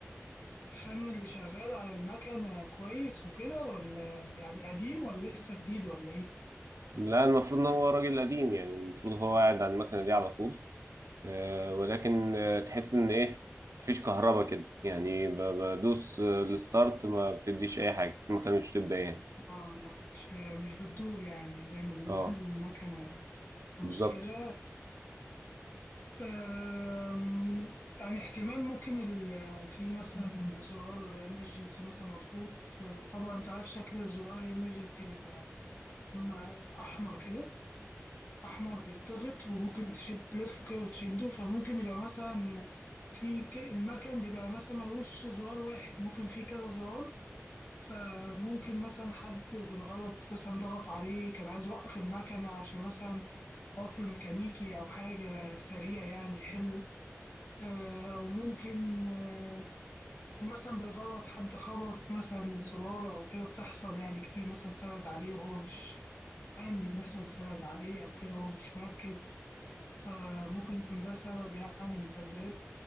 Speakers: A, on the left; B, on the right.
A: الفن اللي شغال على المكنة كويس وكده ولا يعني قديم ولا لسه جديد ولا ايه؟
B: لا المفروض ان هو راجل قديم يعني المفروض هو قاعد على المكنة دي على طول آه، ولكن آه، تحس ان ايه مفيش كهرباء كده يعني ب- بدوس آه، الستارت ما بتديش اي حاجة المكنة مش بتبدأ يعني
A: آه، مش مش بتدور يعني زي ما بيقولوا
B: اه
A: المكنة مشكلة
B: بالظبط
A: آم، يعني احتمال ممكن ال- في مثلا زرار emergency مثلا مضغوط آه، طبعا انت عارف شكل الزرار emergency بيبقى اما احمر كده أحمر بيتضغط وممكن تشد تلف كده وتشده فممكن يبقى مثلا في ك- المكن بيبقى مثلا ملوش زرار واحد ممكن في كذا زرار فممكن مثلا حد بالغلط مثلا ضغط عليه كان عايز يوقف المكنة عشان مثلا عطل ميكانيكي أو حاجة سريع يعني يحله آه، أو ممكن آه، يكون مثلا بالغلط حد خبط مثلا زرار أو كده بتحصل يعني كتير مثلا سند عليه وهو مش عامل مثلا سند عليه أو كده وهو مش مركز فممكن يكون ده سبب يعني من الأسباب